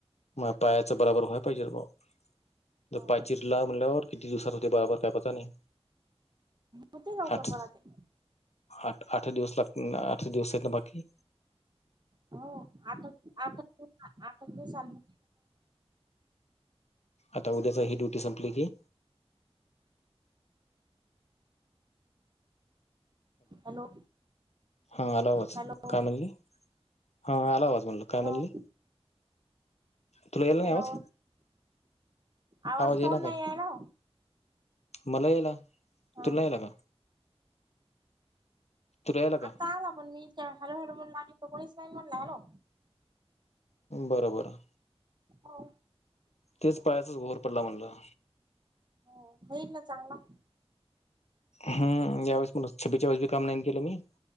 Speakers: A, on the left; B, on the right.
A: म पायाचं बराबर होय पाहिजेत भाऊ.
B: हो
A: तर पायचिरला म्हटल्यावर किती दिवसात होते बराबर काय पत नाही.
B: हो ते लवकर
A: आठ
B: बरा ते.
A: आठ आठरा दिवस लाग आठ दिवस आहेत ना बाकी.
B: हो आता. आता. सांनग.
A: आता उद्याचा ह ड्युटी संपली की.
B: हॅलो.
A: हां आलावाज
B: हॅलो
A: काय म्हणली हां आला आवाज म्हणलं
B: हॅलो
A: काय म्हणली. तुला यायला नाही
B: हॅलो
A: आवाज
B: आवाज
A: येईना
B: कान
A: काय
B: नाही आहे ना.
A: मला यायला
B: हा
A: तुला यायला का. तुला यायला का
B: आता आला पण मी हॅलो हॅलो म्हणला तो कोणीस महिन म्हणला हॅलो.
A: बरोबर.
B: हो.
A: तेच पायाचाच घोर पडला म्हणलं.
B: हो होईल ना चांगला.
A: हम या वेळेसछ्बीच्या वेळेसी काम नाही केलं मी.